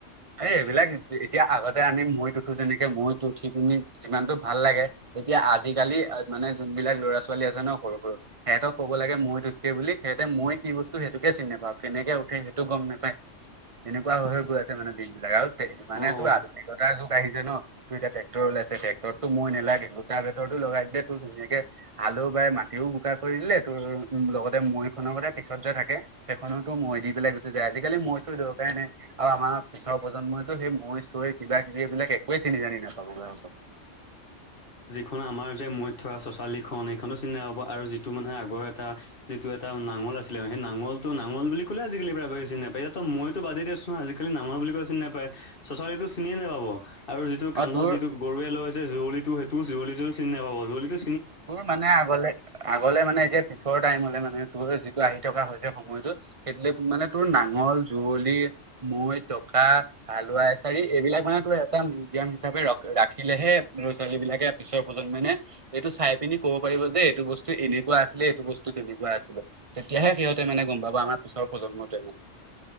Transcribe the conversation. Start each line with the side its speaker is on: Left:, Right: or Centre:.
Right: এই এইবিলাক এতিয়া আগতে আমি মৈত উঠো যেনেকে মৈত উঠি পিনি যিমানতটো ভাল লাগে। তেতিয়া আজিকালি মানে যোন বিলাক ল'ৰা ছোৱালী আছে ন সৰু সৰু সিহঁতক ক'ব লাগে মই থুঠকে বুলি তেতে মই কি বস্তু সেইটোকে চিনি নাপা কেনেকে উঠে সেইটো গম নাপাই এনেকুৱ হৈ গৈ আছে। মানে দিন বিলাক আৰু মানে
Left: অ
Right: তো আধুনিকতাৰ যুগ আহিছে ন তোৰ এতি ট্ৰেক্টৰ লাইছে টৰটো ম নেলাগে দুোটা ভিতৰতো লগাই দিলে তোৰ ধুনীয়াকে হালও বায় ম। মতিও বোকাৰ কৰি দিলে তোৰ লগতে মৈ খনৰতে পিছত যে থাকে সেইখনো তো মৈ দি পেলাই গুচি যায়। আজিকালি মই ছো দৰ কাৰণে আৰু আমাৰ। পিছৰ প্ৰজন্মইতো সেই মই চৈ কিবা কিবি এইবিলাক একোৱে চিনি জানি নাপাবো গ
Left: এইখন আমাৰ যে মৰিত থকা চচালি খন এইখনো চিন্তা হ'ব আৰু যিটো মানে আগৰ এটা যিটো এটা নাঙৰ আছিলে সেই নালটোঙল বুলি কলে আজিকাল প্ৰায় বেছি নাপায় ইয়াত মইতো বাদে দিছোন আজিকালিাঙ বুলি নাপায় পাই চচালীটো চিনিয়ে নাপাব আৰু যিটো কান্ধত
Right: অ তোৰ
Left: যিটো গৰুৱে লৈ যে যুৱলি সেইটো যৱলিটো চি নাপাব যুলটো।
Right: মোৰ মানে আগলে আগলে মানে এতিয়া। ওচৰৰ টাইম মানে তোৰ যিটো আহি থকা হৈছে সময়তটো সেইটো মানে তোৰ নাঙল যুৱলি। মৈ টকা হালোৱা এছাৰি এইবিলাক মানে ত এটা মিউজিয়াম হিচাপে ৰাখিলেহে। ল'ৰা ছোৱালী বিলাকে পিছৰ প্ৰজন্মানে এইটো চাই। পিনি কব পাৰিব যে এইটো বস্তু এনেকুৱা আছিলে এইটো বস্তু তেনেকুৱা আছিলে তেতিাহে সিহঁতে মানে গম পাব আমাৰ। বছৰ প্ৰজন্মতে হওঁক।